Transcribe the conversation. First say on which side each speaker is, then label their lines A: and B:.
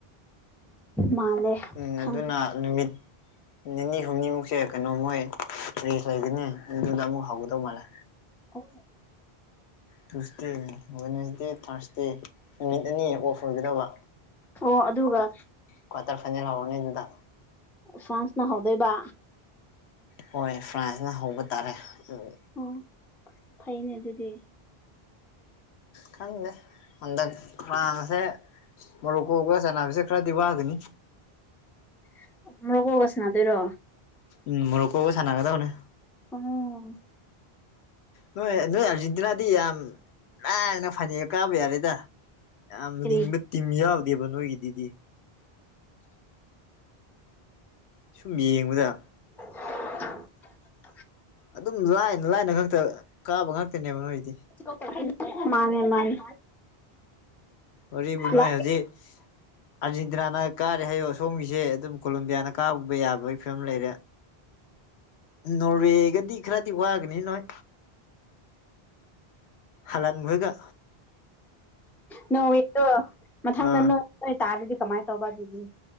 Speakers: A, in the centre; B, on the left.
A: ꯃꯥꯜꯂꯦ
B: ꯎꯝ
A: ꯈꯪꯗꯦ
B: ꯑꯗꯨꯅ ꯅꯨꯃꯤꯠ ꯅꯤꯅꯤ ꯍꯨꯝꯅꯤꯃꯨꯛꯁꯦ ꯀꯩꯅꯣ ꯃꯣꯏ ꯔꯦꯖ ꯂꯩꯒꯅꯤ ꯑꯗꯨꯗ ꯑꯃꯨꯛ ꯍꯧꯒꯗꯧ ꯃꯥꯜꯂꯦ
A: ꯑꯣ
B: ꯇꯨꯢꯁꯗꯦ ꯋꯦꯠꯅꯦꯁꯗꯦ ꯊꯔꯁꯗꯦ ꯅꯨꯃꯤꯠ ꯑꯅꯤ ꯑꯣꯐ ꯑꯣꯏꯒꯗꯧꯕ
A: ꯑꯣ ꯑꯗꯨꯒ
B: ꯀ꯭ꯋꯥꯇꯔ ꯐꯥꯏꯅꯦꯜ ꯍꯧꯔꯅꯤ ꯑꯗꯨꯗ
A: ꯐ꯭ꯔꯥꯟꯁꯅ ꯍꯧꯗꯣꯏꯕ
B: ꯍꯣꯏ ꯐ꯭ꯔꯥꯟꯁꯅ ꯍꯧꯕ ꯇꯥꯔꯦ ꯎꯝ
A: ꯑꯣ ꯐꯩꯅꯦ ꯑꯗꯨꯗꯤ
B: ꯈꯪꯗꯦ ꯍꯟꯗꯛ ꯐ꯭ꯔꯦꯟꯁꯁꯦ ꯃꯣꯔꯣꯀꯣꯒ ꯁꯟꯅꯕꯁꯦ ꯈꯔꯗꯤ ꯋꯥꯒꯅꯤ
A: <inaudible> ꯃꯣꯔꯣꯀꯣ ꯁꯟꯅꯗꯣꯢꯔꯣ
B: ꯎꯝ ꯃꯣꯔꯣꯀꯣꯒ ꯁꯟꯅꯒꯗꯣꯢꯅꯦ
A: ꯑꯣ
B: ꯅꯣꯢ ꯅꯣꯏ ꯑꯥꯔꯖꯦꯟꯇꯤꯅꯥꯗꯤ ꯌꯥꯝ ꯂꯥꯏꯅ ꯐꯅꯦꯜ ꯀꯥꯕ ꯌꯥꯔꯦꯗ ꯌꯥꯝ
A: ꯀꯔꯤ
B: ꯂꯤꯡꯕ ꯇꯤꯝ ꯌꯥꯎꯗꯦꯕ ꯅꯣꯏꯒꯤꯗꯨꯗꯤ ꯁꯨꯝ ꯌꯦꯡꯕꯗ
A: <unintelligible>
B: ꯑꯗꯨꯝ ꯂꯥꯏꯅ ꯂꯥꯏꯅ ꯈꯛꯇ ꯀꯥꯕ ꯉꯥꯛꯛꯇꯅꯦꯕ ꯅꯣꯏꯗꯤ
A: <unintelligible> ꯃꯥꯅꯦ ꯃꯥꯅꯦ
B: ꯋꯥꯔꯤꯕꯨ ꯅꯣꯢ
A: ꯂꯥꯛꯑꯦ
B: ꯍꯧꯖꯤꯛ ꯑꯔꯖꯦꯟꯇꯤꯅꯥꯅ ꯀꯥꯔꯦ ꯍꯥꯏꯌꯣ ꯁꯣꯝꯒꯤꯁꯦ ꯑꯗꯨꯝ ꯀꯣꯂꯣꯕꯤꯌꯥꯅ ꯀꯥꯕ ꯌꯥꯕꯒꯤ ꯐꯤꯕꯝꯗ ꯂꯩꯔꯦ ꯅꯣꯔꯋꯦꯒꯗꯤ ꯈꯔꯗꯤ ꯋꯥꯒꯅꯤ ꯅꯣꯏ ꯍꯥꯂꯥꯟ ꯈꯣꯢꯒ
A: ꯅꯣꯔꯋꯦꯗꯣ ꯃꯊꯪꯗ
B: ꯑꯥ
A: ꯅꯣ ꯅꯣꯏ ꯇꯥꯔꯗꯤ ꯀꯃꯥꯏꯅ ꯇꯧꯕ ꯑꯗꯨꯗꯤ